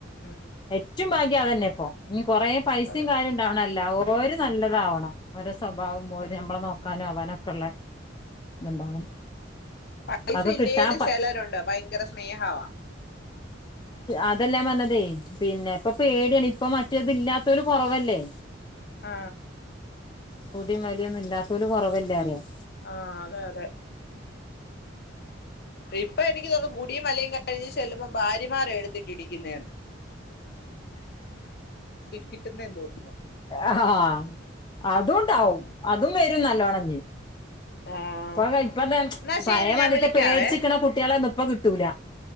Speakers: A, on the left; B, on the left.
A: ഉം
B: ഏറ്റവും ഭ തന്നെ ഇപ്പൊ കൊറേ പൈസയും
A: അതെ
B: കാര്യം ഉണ്ടാവണല്ല ഓ ര്നല്ലതാവണം ഓര.. സ്വഭാവം പോലെനമ്മളെ
A: ആഹ്
B: നോക്കാനും അവാനൊക്കെ ഉള്ള ഇത്ണ്ടാവണം.
A: പൈസ
B: അതൊക്കെ
A: ഇല്ലേലും
B: കിട്ടാൻ പ
A: ചിലരുണ്ട് ഭയങ്കര സ്നേഹവാ.
B: അതെല്ല ഞാൻ പറഞ്ഞതേ പിന്നെ ഇപ്പ പേടിയാണ് ഇപ്പൊ മറ്റേത് ഇല്ലാത്തവരു കുറവല്ലേ
A: ആ
B: കുടിം വലിയൊന്നും ഇല്ലാത്തല കുറവല്ല അറിയാം
A: ആ അതെ അതെ ഇപ്പൊ എനിക്ക് തോന്നും കുടിയും വലിയും കഴിഞ്ഞ് ചെല്ലുമ്പോ ഭാര്യമാർ എടുത്തിട്ട് ഇടിക്കുന്നതന്ന് കിട്ടുന്നേന്ന് തോന്നുന്നു
B: ആആആ അതുംണ്ടാവും
A: ഉം
B: അതും വരും നല്ലോണം ഇപ്പോ
A: ആഹ്
B: ഇപ്പന്ത
A: എന്നാ
B: പയ
A: ശരി
B: പണ്ടത്തെ
A: ഞാൻ വിളിക്കാവേ
B: ത്തെ പേടിച്ചിക്ക കുട്ടികളെയിരുന്നു അപ്പ കിട്ടൂല